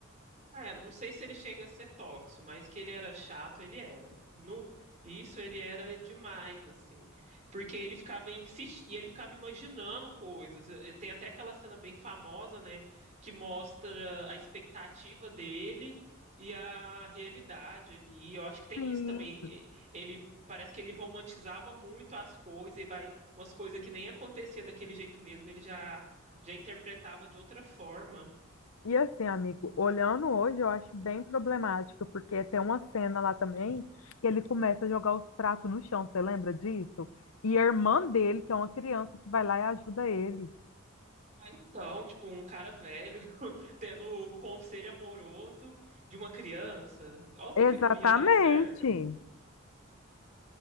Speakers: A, on the right; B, on the left.
A: É, não sei se ele chega a ser tóxico, mas que ele era chato, ele era. No, isso ele era demais, assim. Porque ele ficava insistindo, e ele ficava imaginando coisas. Eu- eu- Tem até aquela cena bem famosa, né, que mostra a expectativa dele e a realidade ali. Eu acho que tem
B: Sim.
A: isso também. E- Ele parece que ele romantizava muito as coisas e vai umas coisas que nem acontecia daquele jeito mesmo, ele já já interpretava de outra forma.
B: E assim, amigo, olhando hoje, eu acho bem problemático, porque tem uma cena lá também que ele começa a jogar os pratos no chão, você lembra disso? E a irmã dele, que é uma criança, que vai lá e ajuda ele.
A: Ah, então, tipo, um cara velho. tendo o conselho amoroso de uma criança. Óbvio
B: Exatamente.
A: que não ia dar certo.